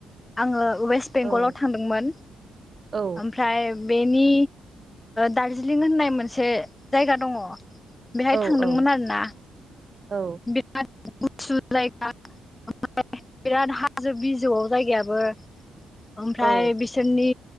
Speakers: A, on the left (about 20°); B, on the right (about 35°).
A: आङो वेस्ट बेंगलाव
B: औ
A: थांदोंमोन
B: औ
A: ओमफ्राय बेनि दारजिलिं होननाय मोनसे जायगा दङ बेहाय
B: औ
A: थांदोंमोन
B: औ
A: आरोना
B: औ
A: बिराद गुसु जायगा ओमफ्राय बिराद हाजो बिजौआव जायगायाबो ओमफ्राय
B: औ
A: बिसोरनि